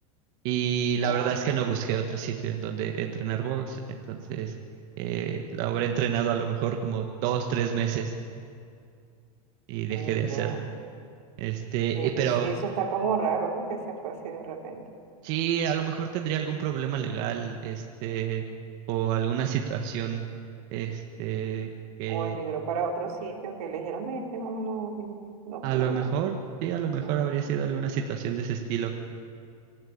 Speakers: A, on the right (about 45°); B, on the right (about 80°).
A: Y la
B: ah,
A: verdad
B: ok,
A: es que no busqué otro sitio en donde entrenar box, entonces eh, la habré entrenado a lo mejor como dos, tres meses y dejé
B: mm,
A: de hacerlo.
B: ya.
A: Este,
B: E-
A: eh, pero
B: es- eso está como raro, ¿no? Que se fue así de repente.
A: sí, a lo mejor tendría algún problema legal, este, o alguna situación, este, que
B: O emigró para otro sitio que le dijeron, vente, vámonos, y nos
A: a
B: fuimos.
A: lo mejor, sí, a lo mejor
B: Ajá,
A: habría sido alguna situación de ese estilo.